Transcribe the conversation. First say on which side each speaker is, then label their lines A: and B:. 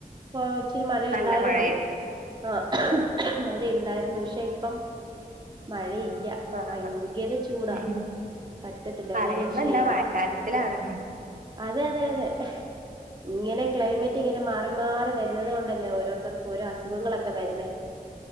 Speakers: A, on the right (about 30°); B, on the right (about 60°).
A: പോ ഇച്ചിരി മഴ
B: നല്ല
A: ഇണ്ടായിര്ന്നു.
B: മഴയായിരുന്നു
A: ആഹ് മഴ ഇണ്ടായിരുന്നു. പക്ഷെ ഇപ്പം മഴ ഇ ഇല്ല.
B: കൊറവാ
A: ഭയങ്കര ചൂടാ
B: ഉം.
A: പറ്റത്തില്ല
B: പറയുമ്പോ
A: ഒരു രക്ഷയില്ല.
B: എന്താ മഴക്കാലത്തിലാണ്
A: അതെഅതെ അതെ ഇങ്ങനെ ക്ലൈമറ്റ് ഇങ്ങന മാറി മാറി വര്ന്നത് കൊണ്ടല്ലേ ഓരോ <unintelligible> അസുഖങ്ങളൊക്കെ വര്ന്നേ